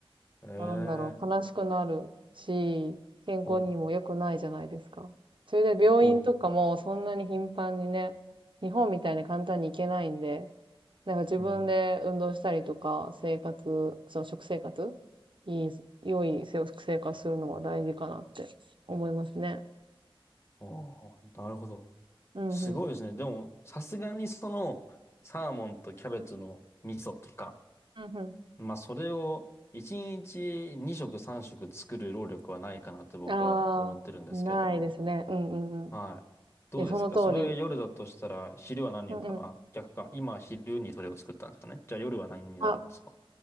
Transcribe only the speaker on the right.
なんだろう、悲しくなるし、健康にも良くないじゃないですか。
それで病院とかもそんなに頻繁にね、
日本みたいに簡単に行けないんで、なんか自分で運動したりとか、
生活、その食生活、いい、良い食生活するのは大事かなって思いますね。
うんうん。
うん
うん。ああ、ないですね。うんうんうん。
いや、その通り。
うんうん。
あ、